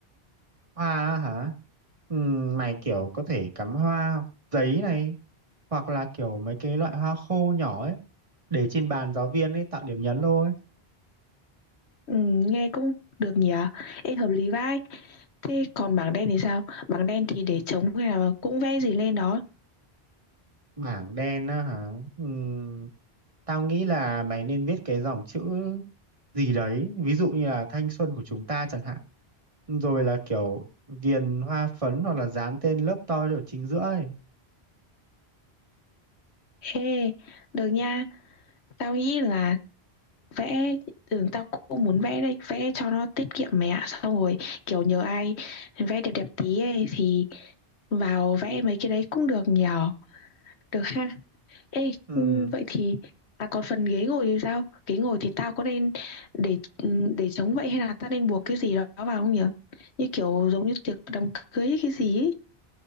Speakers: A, on the right; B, on the left.
A: hoa á hả Ừm, mày kiểu có thể cắm hoa hoặc giấy này hoặc là kiểu mấy cái loại hoa khô nhỏ ấy để trên bàn giáo viên ấy tạo điểm nhấn thôi
B: ừ, nghe cũng được nhỉ Ê hợp lý vai thế còn bảng đen thì sao bảng đen thì để trống hay là cũng vẽ gì lên đó
A: bảng đen á hả Ừm, tao nghĩ là mày nên viết cái dòng chữ gì đấy ví dụ như là thanh xuân của chúng ta chẳng hạn rồi là kiểu viền hoa phấn hoặc là dán tên lớp tôi ở chính giữa ấy
B: Ê, được nha. Tao nghĩ là vẽ ừ, tao cũng muốn vẽ đây vẽ cho nó tiết kiệm mẹ ạ xong rồi kiểu nhờ ai vẽ đẹp đẹp tí ấy thì vào vẽ mấy cái đấy cũng được nhờ được ha ê
A: ừ
B: ừ, vậy thì à còn phần ghế ngồi thì sao ghế ngồi thì tao có nên để ừ, để trống vậy hay là tao nên buộc cái gì đó vào không nhở như kiểu giống như tiệc đám cưới hay cái gì ấy.